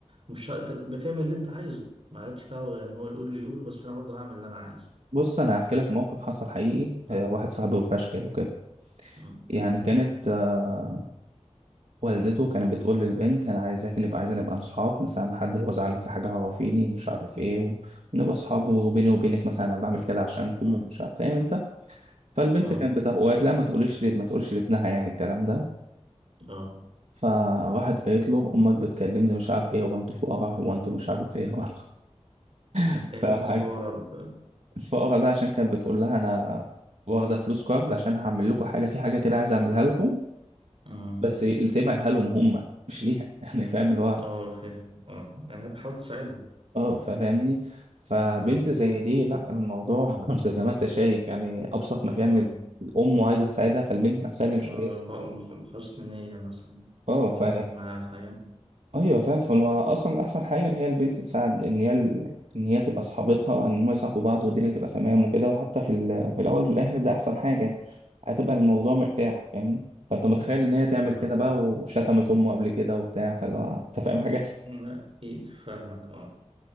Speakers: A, on the right; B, on the right.
A: مش شرط- انت بتعمل اللي انت عايزه مالكش دعوة يعني هو اللي يقول لي يقوله بس انا برضه هعمل اللي انا عايزه
B: بص انا هحكي لك موقف حصل حقيقي
A: م-
B: آه، واحد صاحبي وفشكل وكده
A: م-
B: يعني كانت آه، والدته كانت بتقول للبنت انا عايزاك نبقى عايزة نبقى اصحاب مثلا حد هو زعلك في حاجه عرفيني مش
A: م-
B: عارف ايه و- ونبقى اصحاب وبيني وبينك مثلا انا بعمل كده عشانكم
A: م-
B: ومش عارف فاهم انت فالبنت
A: اه
B: كانت بتقول وقالت لا ما تقوليش لي ما تقولش لابنها يعني الكلام ده
A: اه
B: فراحت قالت له امك بتكلمني مش عارف ايه هو انتوا فقراء هو انتوا مش عارف ايه هو أنتوا-"
A: إيه علاقة فورة
B: <laughs>
A: ب
B: الفقرة ده عشان كانت بتقول لها أنا واخدة فلوس كارد عشان هعمل لكم حاجة في حاجة كده عايز أعملها لكم
A: آه
B: بس اللي تعملها لهم هم مش ليها <laughs> يعني فاهم اللي هو
A: آه، فاهم آه يعني بحاول تساعدهم
B: اه فاهمني فبنت
A: آه
B: زي دي لا الموضوع <laughs> انت زي ما انت شايف يعني ابسط ما فيها ان
A: آه
B: الام عايزه تساعدها فالبنت نفسها اللي مش
A: آه،
B: كويسه
A: ب- بح- بحسن نية مثلا
B: اه
A: اتكلمت
B: ف
A: معاه في حاجة
B: ايوه فاهم هو اصلا احسن حاجه ان هي البنت تساعد ان هي ال... ان هي تبقى صحابتها ان هم يصاحبوا بعض والدنيا تبقى تمام وكده وحتى في ال... في الاول وفي الاخر ده احسن حاجه هتبقى الموضوع مرتاح فاهمني فانت متخيل ان هي تعمل
A: فاهمك
B: كده بقى
A: آه
B: وشتمت امه قبل كده وبتاع فاللي هو انت فاهم حاجه
A: لا أكيد فاهمك آه